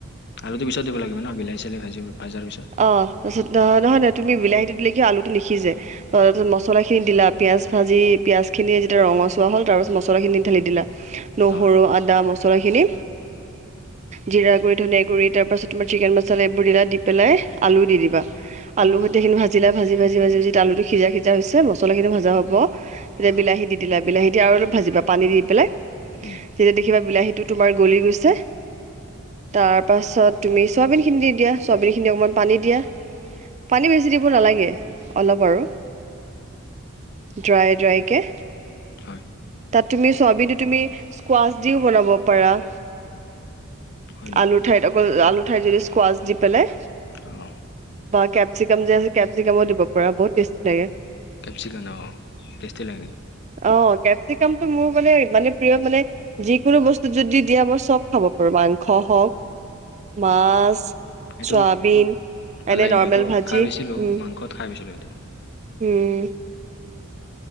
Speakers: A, on the left; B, on the right.
A: আলুটো পিছত দিব লাগিব ন বিলাহ চিলাহি ভাজি ভজাৰ পিছত
B: তাৰ পাছত নহয় নহয় তুমি বিলাহীটো দিলে কি হয় আলুটো নিসিজে তাৰপিছত মছলাখিনি দিলা পিয়াজ ভাজি পিয়াজ খিনি যেতিয়া ৰঙচুৱা হল তাৰ পিছত মছলা খিনি ঢালি দিলা নহৰু
A: হয়
B: আদা মছলাখিনি জিৰা গুৰি ধনীয়া গুৰী তাৰ পাছত তোমাৰ চিকেন মচলা মচলা এইবোৰ দিলা দি পেলাই আলু দি দিবা
A: উম
B: আলু সৈতে এইখিনি ভাজ জিলা ভাজি ভাজি ভাজি ভাজি আলুটো সিজা সিজা হৈছে মছলাখিনি ভাজা হব তেতিয়া
A: অ
B: বিলাহী দি দিলা বিলাহী দি আৰু অলপ ভাজিবা পানী দি পেলাই
A: উম
B: তেতিয়া দেখিবা বিলাহীটো তোমাৰ গলি গৈছে তাৰ পাছত তুমি চুৱাবিন খিনি দি দিয়া চোৱাবিন খিনি অকণমান পানী দিয়া পানী বেছি দিব নালাগে অলপ আৰু ড্ৰাই ড্ৰাই কে
A: হয়
B: তাত তুমি চয়াবিনটো তুমি স্কোৱাচ দিও বনাব পাৰা
A: হয় নেকি
B: আলু ঠাইত অকল আলু ঠাইত যদি স্কোৱাছ দি পেলাই
A: অঁ
B: বগা কেপচিকাম যে আছে কেপচিকামো দিব পৰা বহুত টেষ্টি লাগে
A: কেপচিকান অঁ টেষ্টি লাগে ন
B: অ কেপচিকামটো মোৰ মানে ইমানে প্ৰিয় মানে যিকোনো বস্তু যদি দিয়া মই চব খাব পাৰো মাংস হওক মাছ
A: সেইটো
B: চয়াবিন
A: ভাল
B: এনে
A: লাগিল
B: নৰ্মেল
A: সেইটো
B: ভাজি
A: খাই পাইছিলোঁ
B: উম,
A: মাংসত খাই পাইছিলোঁ সেইটো
B: উম